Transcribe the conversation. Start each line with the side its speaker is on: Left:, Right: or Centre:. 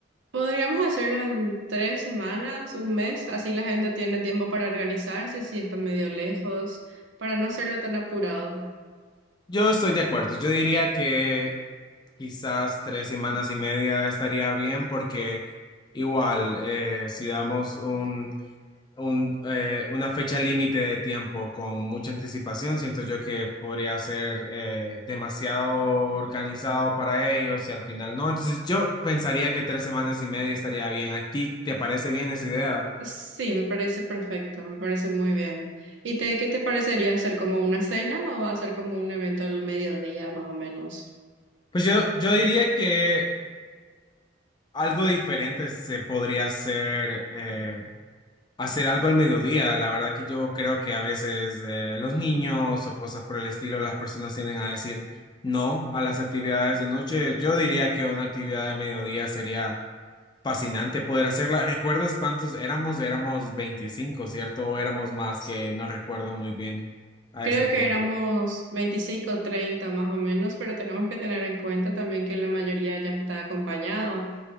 Right: Podríamos hacerlo en tres semanas, un mes, así la gente tiene tiempo para organizarse si están medio lejos, para no hacerlo tan apurado.
Left: Yo estoy de acuerdo, yo diría que quizás tres semanas y media estaría bien porque igual eh, si damos un, un, eh, una fecha límite de tiempo con mucha anticipación, siento yo que podría ser eh, demasiado organizado para ellos y al final no. Entonces yo pensaría que tres semanas y media estaría bien. ¿A ti te parece bien esa idea?
Right: Sí, me parece perfecto, me parece muy bien. ¿Y te, qué te parecería hacer como una cena o hacer como un evento al mediodía más o menos?
Left: Pues yo, yo diría que algo diferente se podría hacer, eh, hacer algo al mediodía. La verdad que yo creo que a veces eh, los niños o cosas por el estilo, las personas tienden a decir no a las actividades de noche. Yo diría que una actividad de mediodía sería fascinante poder hacerla. ¿Recuerdas cuántos éramos? Éramos veinticinco ¿cierto? O éramos más que no recuerdo muy bien a
Right: Creo
Left: este punto.
Right: que éramos 25 o 30 más o menos, pero tenemos que tener en cuenta también que la mayoría ya está acompañado.